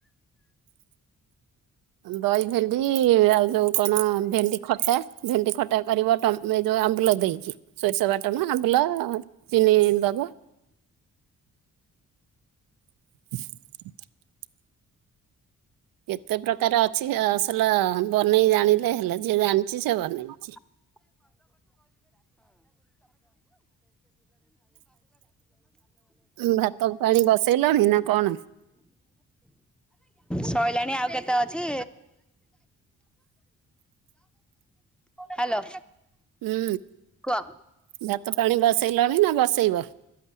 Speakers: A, on the right (about 80°); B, in the centre.
A: ଦହି ଭେଣ୍ଡି ଆଉ ଯୋଉ କଣ ଭେଣ୍ଡି ଖଟା ଭେଣ୍ଡି ଖଟା କରିବ ଟମ୍ ଏ ଏ ଯଉ ଆମ୍ବୁଲ ଦେଇକି ସୋରିଷ ବାଟମା ଆମ୍ବୁଲ ଚିନି ଦେବ। <unintelligible> କେତେ ପ୍ରକାର ଅଛି ଅସଲ ବନେଇ ଜାଣିଲେ ହେଲେ ଯିଏ ଜାଣିଛି ସେ ବନେଇଛି।
B: <inaudible> <inaudible>
A: ଉଁ, ଭାତ ପାଣି ବସେଇଲଣି ନା କଣ
B: ଶଇଲାଣି ଆଉ କେତେ ଅଛି। ହାଲୋ
A: ହୁଁ
B: କୁହ।
A: ଭାତ ପାଣି ବସେଇଲଣି ନା ବସେଇବ।